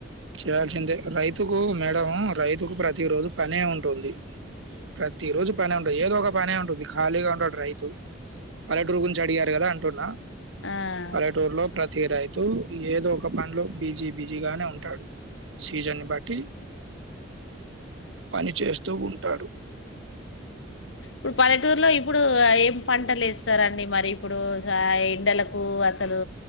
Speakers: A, on the right; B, on the left.
A: చేయాల్సిందే రైతుకు మేడం రైతుకు ప్రతి రోజు పనే ఉంటుంది ప్రతి రోజు పనే ఉంటుంది ఏదో ఒక పనే ఉంటుంది ఖాళీగా ఉండడు రైతు పల్లెటూరు గురించి అడిగారు గదా అ టున్న
B: ఆ
A: పల్లెటూరులో ప్రతి రై తు ఏదో ఒక పనిలో బిజీ బిజీగానే ఉంటాడు సీజన్ బట్టి పని చేస్తూ ఉంటాడు
B: ఇప్పుడు పల్లెటూరులో ఇప్పుడు ఏం పంటలు వేస్తారండి మరి ఇప్పుడు స ఎండలకు అసలు